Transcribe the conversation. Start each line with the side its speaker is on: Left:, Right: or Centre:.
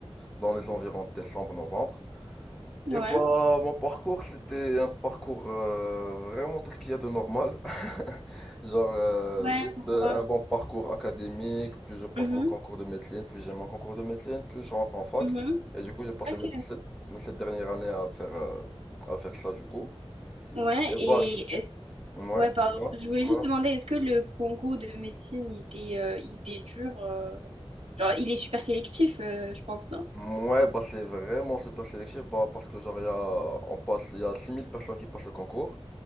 Centre: dans les environs de décembre-novembre.
Right: ouais.
Centre: Et bah, mon parcours, c'était un parcours euh, vraiment tout ce qu'il y a de normal. <laughs> Genre, euh,
Right: Ouais,
Centre: juste
Right: pourquoi?
Centre: euh, un bon parcours académique, puis je passe
Right: Mhm,
Centre: mon concours de médecine, puis j'ai mon concours de médecine, puis je rentre en fac.
Right: mhm.
Centre: Et du coup, j'ai passé
Right: Ok.
Centre: mes sept, mes sept dernières années à faire, euh, à faire ça, du coup.
Right: Ouais,
Centre: Et bah,
Right: et
Centre: c-
Right: est-ce-
Centre: ouais,
Right: ouais, pardon.
Centre: dis-moi.
Right: Je voulais
Centre: Ouais,
Right: juste demander, est-ce que le concours de médecine, il était, euh, il était dur? euh, Genre, il est super sélectif, euh, je pense, non?
Centre: Ouais, bah, c'est vraiment super sélectif, bah, parce que genre, il y a, on passe, il y a 6000 personnes qui passent le concours.